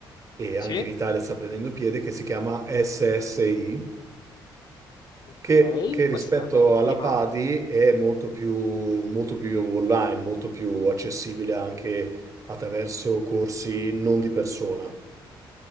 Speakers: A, on the right (about 35°); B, on the left (about 50°).
A: e anche
B: Sì,
A: in Italia sta prendendo piede, che si chiama SSI
B: ok.
A: Che, che rispetto
B: questa no,
A: alla
B: mi manca.
A: Padi è molto più, molto più online, molto più accessibile anche attraverso corsi non di persona.